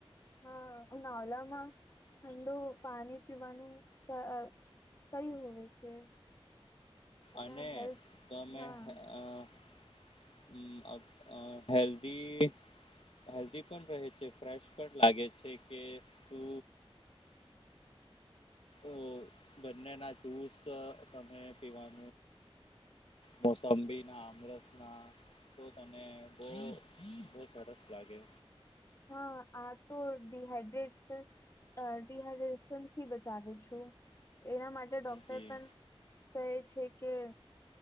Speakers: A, on the left; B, on the left.
A: હા ઉનાળામાં ઠંડુ પાણી પીવાનું સહી હોય છે. એના
B: અને
A: હેલ્થ
B: તો અમે
A: હા
B: આ હમમ અ, અ હેલ્દી હેલ્ધી પણ રહે છે ફ્રેશ પણ લાગે છે, કે તુ ઓ ગન્ને ના જુસ, તમે પીવાનુ મોસંબી ના અમરત ના તો તને બહુ બહુ સરસ લાગે
A: હા આ તો ડિહાઈડ્રેટ અ ડિહાઈડ્રેશન થી બચાવે છું એના માટે ડોક્ટર
B: જી
A: પણ કહે છે કે